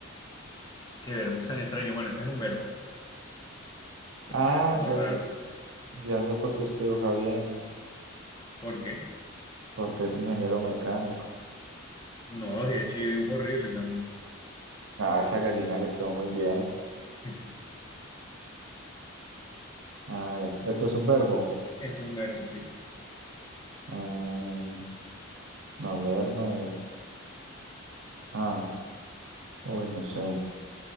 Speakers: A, on the left (about 20°); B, on the right (about 65°).
A: qué verbo tan extraño. Bueno, este es un verbo, pero
B: Ah,
A: está como
B: ya
A: raro.
B: sé, ya sé por qué usted dibuja bien,
A: ¿Por qué?
B: porque es ingeniero mecánico.
A: No, de hecho, yo dibujo horrible también.
B: Ah, esa gallina le quedó muy bien.
A: <laughs>
B: A ver, ¿esto es un verbo?
A: Es un verbo, sí.
B: Em, no, leer no es. Ah, uy, no sé.